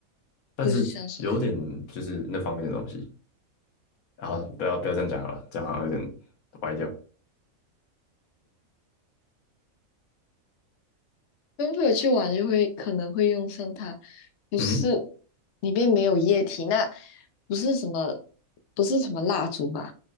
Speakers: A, on the left (about 80°); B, on the left (about 65°).
A: 但是有点就是那方面的东西。
B: 不是香水。
A: 然后不要不要这样讲好了，这样好像有点歪掉。
B: 跟朋友去玩就会可能会用上它，不是
A: 嗯，
B: 里面没有液体，那不是什么不是什么蜡烛吧？